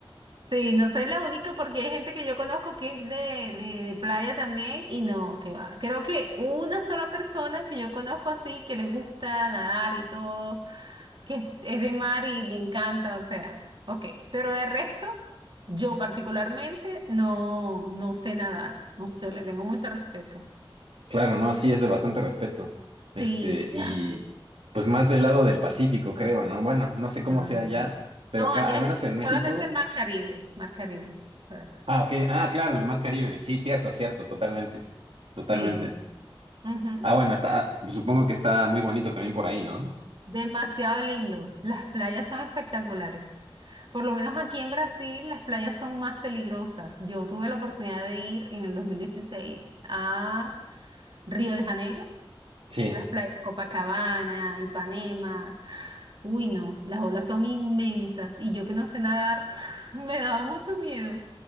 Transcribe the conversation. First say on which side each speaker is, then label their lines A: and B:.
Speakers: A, on the right (about 60°); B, on the right (about 80°).
A: Sí, no soy la única porque hay gente que yo conozco que es de, de- de playa también y no, que va. Creo que una sola persona que yo conozco así, que le gusta nadar y todo, que es es de mar y le encanta, o sea, ok. Pero el resto, yo particularmente no, no sé nadar, no sé, le tengo mucho respeto.
B: claro, ¿no? Sí, es de bastante respeto. Este,
A: Sí, claro.
B: y pues más del lado del Pacífico, creo, ¿no? Bueno, no sé cómo
A: Ah,
B: sea
A: ok.
B: allá, pero
A: No,
B: acá,
A: allá
B: al menos
A: es
B: en México.
A: solamente el Mar Caribe, Mar Caribe. Espérate.
B: Ah, ok. Ah, claro, el Mar Caribe. Sí, cierto, cierto, totalmente. Totalmente.
A: Sí, es. Ujú.
B: Ah, bueno, está, supongo que está muy bonito también por ahí, ¿no?
A: Demasiado lindo. Las playas son espectaculares. Por lo menos aquí en Brasil, las playas son más peligrosas. Yo tuve la oportunidad de ir en el 2016 a Río de Janeiro,
B: Sí,
A: las playas Copacabana, Ipanema. Uy, no, las olas son inmensas y yo que no sé nadar, <laughs> me daba mucho miedo.